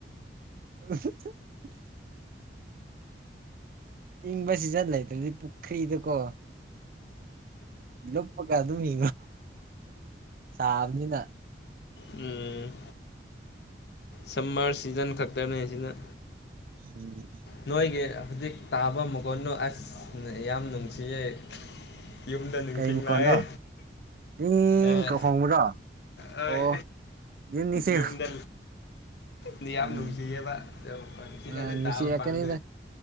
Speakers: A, on the right; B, on the left.
A: <inaudible> ꯏꯪꯕ ꯁꯤ ꯆꯠ ꯂꯩꯇ꯭ꯔꯗꯤ ꯄꯨꯈ꯭ꯔꯤꯗ ꯀꯣ ꯂꯨꯞꯄ ꯀꯗꯃꯤ ꯁꯥꯐꯅꯤꯗ
B: ꯎꯝ ꯁꯝꯃꯔ ꯁꯤꯖꯟ ꯈꯛꯇꯅꯦ ꯁꯤꯅ
A: ꯎꯝ
B: ꯅꯣꯏꯒꯤ ꯍꯧꯖꯤꯛ ꯇꯥꯕ ꯃꯒꯣꯟꯅꯣ ꯑꯁ ꯌꯥꯝ ꯅꯨꯡꯁꯤꯌꯦꯩ ꯌꯨꯝꯗ ꯅꯤꯡꯊꯤ
A: ꯀꯩ ꯃꯈꯣꯟꯔꯣ
B: ꯂꯛꯑꯦ
A: ꯏꯪ
B: ꯑꯦ
A: ꯀ ꯈꯣꯡꯕ꯭ꯔꯣ
B: ꯍꯣꯏ
A: ꯑꯣ ꯌꯨꯝ ꯅꯤꯡꯁꯤꯡ
B: ꯌꯨꯝꯗ ꯃꯤ ꯌꯥꯝ
A: ꯎꯝ
B: ꯅꯨꯡꯁꯤꯌꯦꯕ ꯐꯁꯤꯗꯤ
A: ꯑ ꯅꯨꯡꯁꯤꯔꯛꯀꯅꯤꯗ
B: ꯇꯥꯕ ꯄꯪ